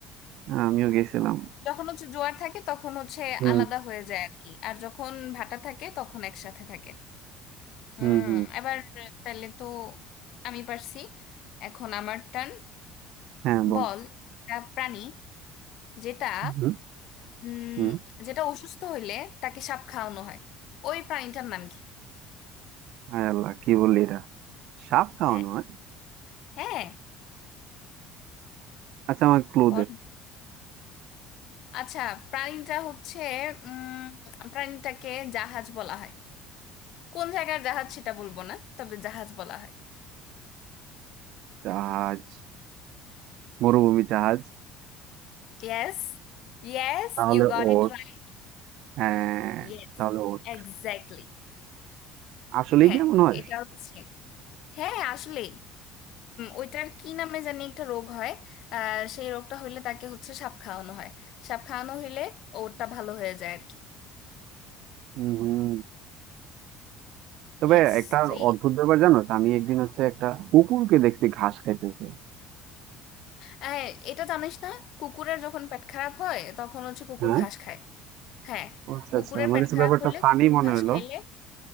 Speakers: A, on the right (about 65°); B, on the left (about 60°).
A: হ্যাঁ, আমিও গেছিলাম
B: যখন হচ্ছে জোয়ার থাকে তখন হচ্ছে
A: হুম
B: আলাদা হয়ে যায় আর কি আর যখন ভাটা থাকে তখন একসাথে থাকে হুম
A: হুম হুম
B: এবার তাহলে তো আমি পারছি এখন আমার টার্ন
A: হ্যাঁ বল
B: বল একটা প্রাণী যেটা
A: হুম
B: উম
A: হুম
B: যেটা অসুস্থ হইলে তাকে সাপ খাওয়ানো হয় ওই প্রাণীটার নাম কি
A: হায় আল্লাহ কি বললি এটা সাপ খাওয়ানো
B: হ্যাঁ
A: হয়
B: হ্যাঁ
A: আচ্ছা আমার ক্লু
B: বল
A: দে
B: আচ্ছা প্রাণীটা হচ্ছে উম প্রাণীটাকে জাহাজ বলা হয় কোন জায়গার জাহাজ সেটা বলবো না তবে জাহাজ বলা হয়
A: জাহাজ মরুভূমি জাহাজ
B: Yes, yes,
A: তাহলে
B: you got it
A: ওট
B: right.
A: হ্যাঁ
B: Yes,
A: তাহলে ওট
B: exactly.
A: আসলেই
B: হ্যাঁ
A: কেমন হয়
B: এটা হচ্ছে হ্যাঁ আসলে ওইটার কি নামে জানি একটা রোগ হয় আহ, সেই রোগটা হইলে তাকে হচ্ছে সাপ খাওয়ানো হয় সাপ খাওয়ানো হইলে ওরটা ভালো হয়ে যায় আর কি
A: হুম হুম তবে
B: ইয়েস
A: একটা
B: তুই
A: অদ্ভুত ব্যাপার জানো তো, আমি একদিন হচ্ছে একটা কুকুরকে দেখছি ঘাস খাইতেছে
B: হ্যাঁ এটা জানিস না কুকুরের যখন পেট খারাপ হয় তখন হচ্ছে কুকুর
A: হ্যাঁ
B: ঘাস খায় হ্যাঁ
A: ও আচ্ছা
B: কুকুরের
A: আচ্ছা আমার
B: পেট
A: কাছে
B: খারাপ
A: ব্যাপারটা
B: হইলে
A: ফানি
B: কুকুর
A: মনে
B: ঘাস
A: হলো
B: খাইলে